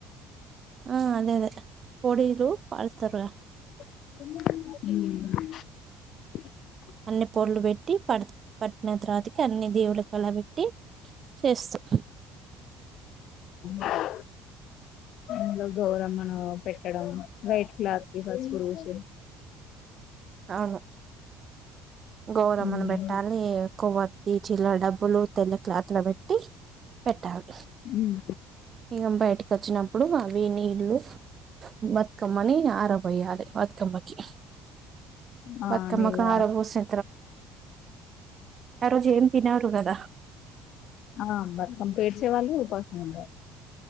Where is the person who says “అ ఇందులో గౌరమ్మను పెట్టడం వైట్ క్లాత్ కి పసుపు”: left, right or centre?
Left